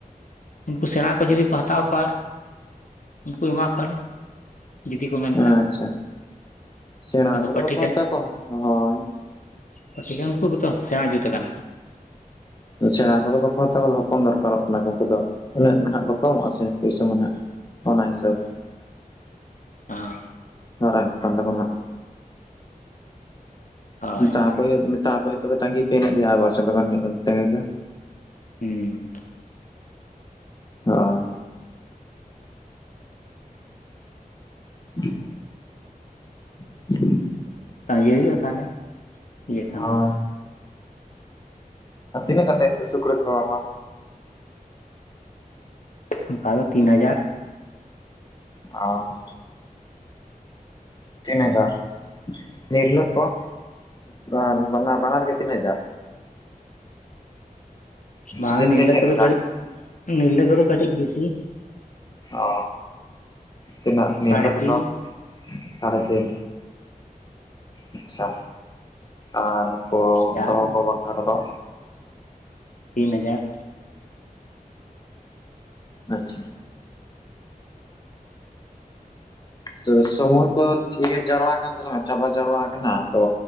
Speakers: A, on the left; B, on the left.
A: ᱩᱱᱠᱩ ᱥᱮᱬᱟ ᱠᱚ ᱡᱩᱫᱤ ᱠᱚ ᱦᱟᱛᱟᱣ ᱠᱚᱣᱟ ᱩᱱᱠᱩ ᱮᱢᱟ ᱠᱚᱣᱟᱞᱮ ᱡᱩᱫᱤ ᱠᱚ ᱢᱮᱱᱠᱷᱟᱱ
B: ᱟᱪᱪᱷᱟ ᱥᱮᱬᱟ
A: ᱟᱫᱚ
B: ᱠᱚᱫᱚ
A: ᱯᱟᱹᱴᱷᱤ
B: ᱵᱟᱠᱚ
A: ᱠᱟᱱ
B: ᱦᱟᱛᱟᱣ ᱠᱚᱣᱟ ᱦᱳᱭ
A: ᱯᱟᱴᱷᱤᱠᱟᱱ ᱩᱱᱠᱩ ᱠᱚᱫᱚ ᱥᱮᱬᱟ ᱡᱩᱛ ᱟᱠᱟᱱᱟ ᱠᱚ
B: ᱥᱮᱬᱟ ᱠᱚᱫᱚ ᱵᱟᱠᱚ ᱦᱟᱛᱟᱣᱠᱚᱫᱚ ᱦᱚᱯᱚᱱ ᱫᱚᱨᱠᱟᱨᱚᱜ ᱠᱟᱱᱟ ᱠᱚ ᱩᱱᱠᱩ ᱫᱚ ᱩᱱᱟᱹᱜ ᱱᱟᱦᱟᱜ ᱵᱟᱠᱚ ᱮᱢᱚᱜᱼᱟ ᱥᱮ ᱯᱩᱭᱥ ᱢᱟᱱᱮ ᱵᱟ ᱚᱱᱟ ᱦᱤᱥᱟᱹᱵ
A: ᱚᱸ
B: ᱢᱟᱨᱟᱝ ᱠᱟᱱ ᱫᱟᱠᱚ ᱱᱟᱜ
A: ᱦᱳᱭ
B: ᱛᱟ
A: ᱦᱳᱭ
B: ᱠᱚ ᱦᱩᱭᱩᱜ ᱢᱮᱛᱟ ᱠᱚ ᱦᱩᱭᱩᱜ ᱛᱚᱵᱮ ᱛᱟᱸᱜᱤ ᱯᱮ ᱦᱮᱱᱟᱜᱭᱟ ᱟᱨ ᱵᱟᱨ ᱪᱠᱟᱱ ᱛᱟᱸᱜᱤ ᱯᱮ
A: ᱦᱮᱸ
B: ᱦᱳᱭ <inaudible> <inaudible>
A: ᱛᱟᱸᱜᱤ ᱦᱩᱭᱩᱜᱼᱟ ᱛᱟᱦᱚᱞᱮ ᱤᱭᱟᱹ ᱠᱷᱟᱱ
B: ᱦᱳᱭ
A: ᱫᱚ
B: ᱟᱨ ᱛᱤᱱᱟᱹᱜ ᱠᱟᱛᱮ ᱥᱩᱠᱨᱤ ᱫᱚᱯᱮ ᱮᱢᱟᱜ ᱠᱚᱣᱟ
A: ᱚᱱᱠᱟ ᱫᱚ ᱛᱤᱱ ᱦᱟᱡᱟᱨ
B: ᱚᱸ ᱛᱤᱱᱦᱡᱟᱨ ᱱᱤᱨᱞᱟᱹ ᱠᱚ ᱵᱟ ᱵᱟᱱᱟᱨ ᱜᱮ ᱛᱤᱱᱦᱡᱟᱨ
A: ᱵᱟᱝ
B: ᱥᱮ
A: ᱱᱤᱨᱞᱟᱹ
B: ᱥᱮ ᱪᱮᱫ
A: ᱠᱚᱫᱚ
B: ᱞᱮᱠᱟ
A: ᱠᱟᱹᱴᱤᱡ ᱱᱤᱨᱞᱟᱹ ᱠᱚᱫᱚ ᱠᱟᱹᱴᱤᱡ ᱵᱮᱥᱤ
B: ᱚ ᱛᱤᱱᱟᱹᱜ ᱱᱤᱨᱞᱟᱹ
A: ᱥᱟᱲᱮ
B: ᱠᱚᱫᱚ
A: ᱛᱤᱱ
B: ᱥᱟᱲᱦᱮ ᱛᱤᱱ ᱟᱪᱪᱷᱟ ᱟᱨ ᱱᱩᱠᱩ
A: ᱪᱟᱨ
B: ᱫᱚᱦᱚ ᱠᱚ ᱵᱟᱠᱷᱨᱟ ᱫᱚ
A: ᱛᱤᱱ ᱦᱟᱡᱟᱨ
B: ᱟᱪᱪᱷᱟ ᱛᱚ ᱥᱚᱢᱚᱭ ᱠᱚ ᱤᱭᱟᱹ ᱡᱟᱣᱨᱟ ᱟᱠᱟᱱᱟ ᱛᱟᱞᱟᱝᱟ ᱪᱟᱵᱟ ᱡᱟᱣᱨᱟ ᱟᱠᱟᱱᱟ ᱛᱚ